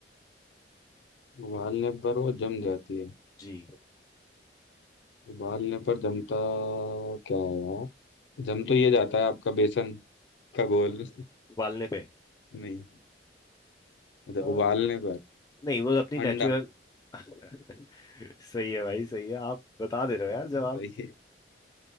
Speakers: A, on the left (about 80°); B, on the left (about 20°).
A: उबालने पर वो जम जाती है
B: जी
A: उबालने पर जमता क्या है यार जम तो ये जाता है आपका बेसन का घोल
B: उबालने पे
A: <laughs> नहीं अच्छा
B: अ,
A: उबालने पर
B: नहीं वो अपनी नेचुरल
A: अंडा
B: <laughs> सही है भाई सही है आप बता दे रहे हो यार जवाब
A: सही है